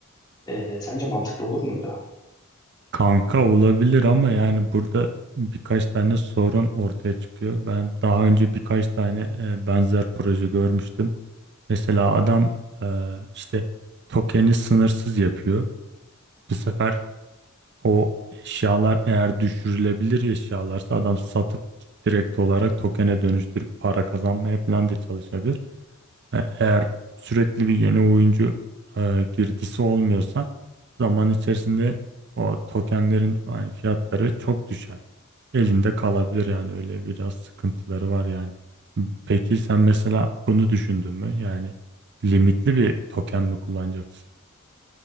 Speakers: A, on the left; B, on the right.
A: e, sence mantıklı olur muydu?
B: Kanka olabilir ama yani burada birkaç tane sorun ortaya çıkıyor. Ben daha önce birkaç tane e, benzer proje görmüştüm. Mesela adam e, işte tokeni sınırsız yapıyor. Bu sefer o eşyalar eğer düşürülebilir eşyalarsa adam satıp direkt olarak tokene dönüştürüp para kazanmaya falan da çalışabilir. E- Eğer sürekli bir yeni oyuncu e, girdisi olmuyorsa zaman içerisinde o tokenlerin falan fiyatları çok düşer. Elinde kalabilir yani öyle biraz sıkıntıları var yani. Peki sen mesela bunu düşündün mü? Yani limitli bir token mi kullanacaksın?